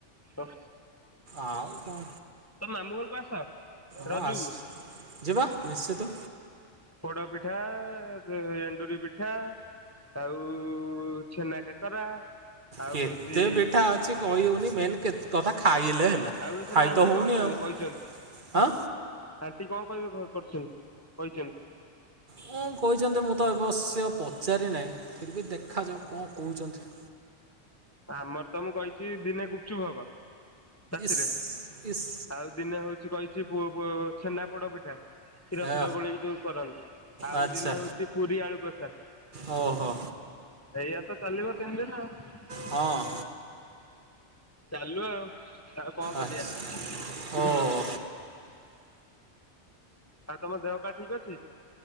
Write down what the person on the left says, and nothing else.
ଓ
ମାମୁଁ ଘରୁକୁ ଆସ।
ରଜକୁ
ପୋଡ଼ପିଠା ଦେ ଏଣ୍ଡୁରି ପିଠା ଆଉ ଛେନା କାକରା ଆଉ
ହଉଛି
ଆଉ ଏଥରକ ଆଣ୍ଟି
କଁ କରିବେ
କହିଚନ୍ତ୍
କଁ ଆଣ୍ଟି କଁ କହିବେ କଁ କରିଛନ୍ତି କହିଛନ୍ତି?
ଆମର ତ ମୁଁ କହିଚି ଦିନେ ଗୁପଚୁପ ହବ ରାତିରେ
ଆଉ ଦିନେ ହୋଉ ଛି କହିଚି ପୁଅ ପୋ ଛେନା ପୋଡ଼ପିଠା। କ୍ଷୀର
ଫୀର ଗୋଳେଇକି ଯୋଉ କରନ୍ତି ଆଉ
ଦିନେ ହୋଉଚି ପୁରୀ ଆଳୁ କଷା
ଏଇଆ ତ ଚାଲିବ ତିନି ଦିନ ଆଉ।
ଚାଲୁ ଆଉ। ଆଉ କଣ କରିଆ
ବୁଝିଲ।
ଆଉ ତମ ଦେହ ପା ଠିକ ଅଛି?